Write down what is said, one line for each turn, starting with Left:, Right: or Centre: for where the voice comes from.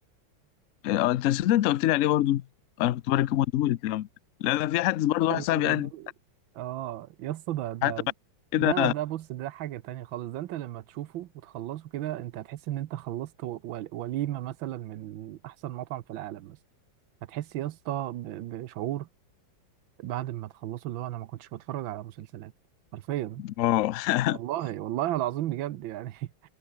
Left: آه، انت صدق انت قلت لي عليه برضه انا كنت بركبه لك كده لا لا في حد برضه
Right: <laughs>
Left: واحد صاحبي قال لي
Right: اه يا اسطى ده ده
Left: حد بعد كده
Right: ده ده بص ده حاجة تانية خالص ده انت لما تشوفه وتخلصه كده انت هتحس ان انت خلصت و- ول- وليمة مثلا من احسن مطعم في العالم مثلا هتحس يا اسطى ب- بشعور بعد ما تخلصه اللي هو انا ما كنتش بتفرج على مسلسلات حرفيا
Left: اه
Right: والله
Left: <laughs>
Right: والله العظيم بجد يعني <laughs>